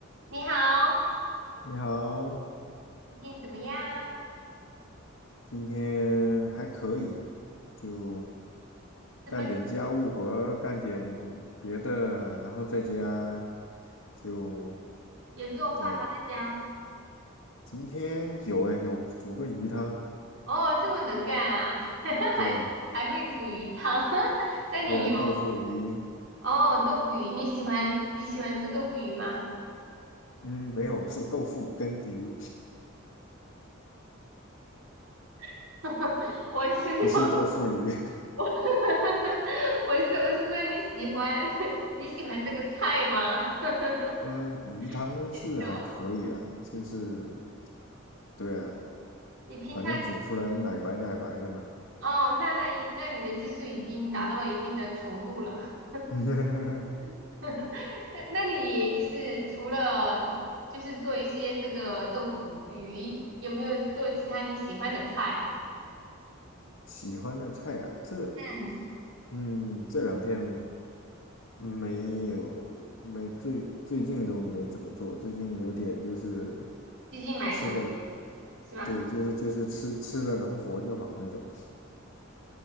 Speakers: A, on the right (about 65°); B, on the left (about 80°).
A: 你好，
B: 你好，
A: 最近怎么样？
B: 今天还可以，就
A: 怎么啊？
B: 干点家务活，干点别的，然后在家就
A: 有做饭吗？
B: 对。
A: 在家？
B: 今天有诶，有煮个鱼汤，
A: 哦，这么能干啊，<laughs>
B: 对啊，
A: 还还会煮鱼汤。<laughs> 那你有
B: 对啊，豆腐鱼，
A: 哦豆腐鱼？你喜欢你喜欢做豆腐鱼吗？
B: 嗯，没有，是豆腐跟鱼，
A: <laughs> 我是说，
B: <laughs> 不是豆腐鱼。
A: 我 <laughs> 我是我是说你喜欢 <laughs> 你喜欢这个菜吗？<laughs>
B: <laughs> 嗯，鱼汤是还可以啦，
A: 也逗，
B: 就是对啊，
A: 你平常
B: 反正煮出来奶白奶白的嘛。
A: 哦，那那那你的技术已经达到了一定的程度了。
B: <laughs>
A: <laughs> 那那你就是除了就是做一些这个豆腐鱼，有没有做其他你喜欢的菜？
B: 喜欢的菜啊，这
A: 嗯，
B: 嗯这两天。没有，没最最近都没怎么做，最近有点就是
A: 最近买的
B: 吃了，
A: 是吧？
B: 对，就是就是吃吃了能活就好那种。